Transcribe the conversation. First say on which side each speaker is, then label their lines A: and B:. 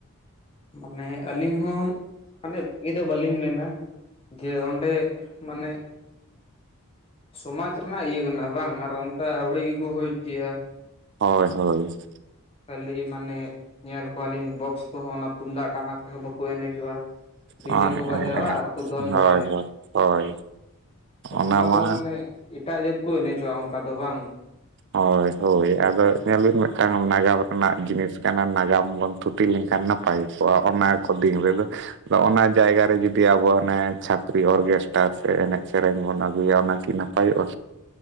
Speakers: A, on the left; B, on the right.
A: ᱢᱟᱱᱮ ᱟᱹᱞᱤᱧ ᱦᱚᱸ ᱢᱟᱱᱮ ᱵᱷᱟᱹᱜᱤ ᱫᱚ ᱵᱟᱹᱞᱤᱧ ᱢᱮᱱᱟ ᱾ ᱜᱮ ᱚᱸᱰᱮ, ᱢᱟᱱᱮ ᱥᱚᱢᱟᱡᱽ ᱨᱮᱱᱟᱜ ᱤᱭᱟᱹ ᱠᱟᱱᱟ ᱵᱟᱝ, ᱟᱨ ᱚᱱᱠᱟ ᱟᱹᱣᱲᱤ ᱜᱮᱠᱚ ᱦᱩᱭ ᱦᱚᱪᱚᱭᱟ ᱾
B: ᱦᱳᱭ, ᱦᱳᱭ ᱾
A: ᱠᱷᱟᱹᱞᱤ ᱢᱟᱱᱮ ᱧᱮᱞ ᱠᱚᱣᱟᱞᱤᱧ ᱵᱚᱠᱥ ᱠᱚᱦᱚᱸ ᱚᱱᱟ ᱛᱩᱢᱫᱟᱜ ᱴᱟᱢᱟᱠ ᱛᱮᱦᱚᱸ ᱵᱟᱠᱚ ᱮᱱᱮᱡᱚᱜᱼᱟ ᱾ ᱰᱤᱡᱮ
B: ᱦᱮᱸ
A: ᱠᱚ ᱵᱟᱡᱟᱣᱟ ᱟᱨᱠᱚ ᱫᱚᱱ
B: ᱦᱳᱭ
A: ᱵᱟᱲᱟᱭᱟ
B: ᱦᱳᱭ ᱦᱳᱭ
A: ᱾ ᱛᱚ
B: ᱚᱱᱟ
A: ᱱᱚᱣᱟ
B: ᱢᱟ
A: ᱫᱚ ᱢᱟᱱᱮ ᱮᱴᱟᱜ ᱡᱟᱹᱛ ᱠᱚ ᱮᱱᱮᱡᱚᱜᱼᱟ, ᱚᱱᱠᱟ ᱫᱚ ᱵᱟᱝ?
B: ᱦᱳᱭ ᱦᱳᱭ ᱟᱫᱚ ᱧᱮᱞ ᱵᱤᱱ ᱱᱟᱜ ᱠᱷᱟᱱ ᱱᱟᱜᱟᱢ ᱨᱮᱱᱟᱜ ᱡᱤᱱᱤᱥ ᱠᱟᱱᱟ ᱱᱟᱜᱟᱢ ᱵᱚᱱ ᱛᱷᱩᱛᱤ ᱞᱮᱠᱷᱟᱱ ᱱᱟᱯ ᱯᱟᱭ ᱠᱚᱼᱟ
A: ᱦᱩᱸ
B: ᱚᱱᱟ
A: ᱦᱩᱸ
B: ᱠᱚ ᱫᱤᱱ ᱨᱮᱫᱚ ᱾ ᱟᱫᱚ ᱚᱱᱟ ᱡᱟᱭᱜᱟ ᱨᱮ ᱡᱩᱫᱤ ᱟᱵᱚ ᱚᱱᱮ ᱪᱷᱟᱯᱨᱤ ᱚᱨᱜᱮᱥᱴᱟᱨ ᱥᱮ ᱮᱱᱮᱡ ᱥᱮᱨᱮᱧ ᱵᱚᱱ ᱟᱹᱜᱩᱭᱟ ᱚᱱᱟ ᱠᱤ ᱱᱟ ᱯᱟᱭᱚᱜ-ᱟ